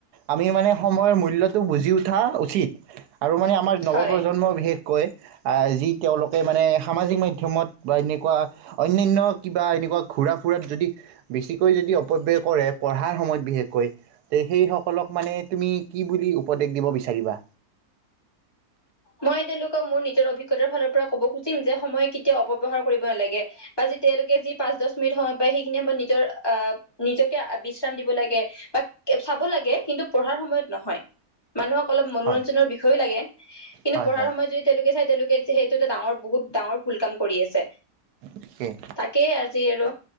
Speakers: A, on the right (about 85°); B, on the left (about 20°).
A: আমি মানে সময়ৰ মূল্যটো বুজি উঠা উচিত। আৰু মানে আমাৰ নৱপ্ৰজন্ম
B: হয়
A: বিশেষকৈ কয় যি তেওঁলোকে মানে সামাজিক মাধ্যমত বা এনেকুৱা অন্যান্য কিবা এনেকুৱা ঘূৰা- ফুৰাত যদি বেছিকৈ যদি অপব্যয় কৰে। পঢ়াৰ সময়ত বিশেষকৈ, কয় সেই সকলক মানে তুমি কি বুলি উপদেশ দিব বিচাৰিবা।
B: মই তেওঁলোকক মোৰ নি অভিজ্ঞতাৰ ফালৰ পৰা কব খুজিম যে সময় কেতিয়াও অপৱ্যৱহাৰ কৰিব নালাগে। বা যি তেওঁলোকে যি পাঁচ দছ মিনিট সময় পিয় সেইখিনি সময়ত নিজৰ আহ নিজকে বিশ্ৰাম দিব লাগে বা চাব লাগে কিন্তু- পঢ়াৰ সময়ত নহয় মানুহক অলপ মনোৰঞ্জনৰ
A: হয়
B: বিষয়ো লাগে কিন্তু
A: হয়
B: পঢ়াৰ
A: হয়
B: সময়ত যদি তেওঁলোকে চাই তেওঁলোকে যে সেইটো এটা ডাঙৰ বহুত ডাঙৰ ভুল কাম কৰি আছে
A: ঠিকেই
B: তাকেই আজি আৰু